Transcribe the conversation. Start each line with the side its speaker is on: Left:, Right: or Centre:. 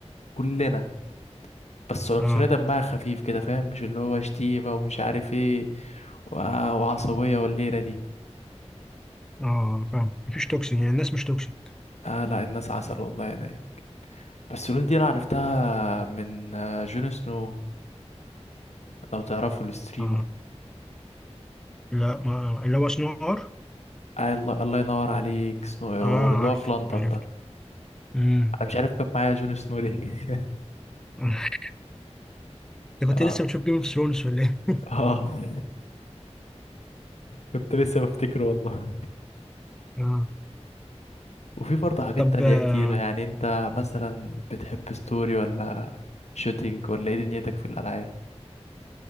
Left: كلنا بس عنصرية
Centre: اه
Left: دمها خفيف كده فاهم مش اللي هو شتيمة ومش عارف ايه و- وعصبية والليلة دي
Centre: اه فاهم مفيش توكسيك يعني الناس مش توكسيك
Left: اه لا الناس عسل والله هناك بس لول دي انا عرفتها من آه، جون سنو لو تعرفوا الستريمر
Centre: اه لا ما اللي هو صناعة عار
Left: آه الله الله ينور عليك سنو اير
Centre: اه
Left: اللي
Centre: عارف
Left: هو في لندن
Centre: عرفت
Left: ده
Centre: امم
Left: انا مش عارف كان معايا جون سنو ليه
Centre: <laughs> انت
Left: <laughs>
Centre: كنت
Left: اه
Centre: لسه بتشوف جيم اوف ثرونز ولا ايه؟ <laughs>
Left: اه <laughs> كنت لسه بفتكره والله
Centre: اه
Left: وفي برضه حاجات
Centre: طب
Left: تانية
Centre: آه،
Left: كتيرة يعني انت مثلا بتحب ستوري ولا شوتينج ولا ايه دنيتك في الالعاب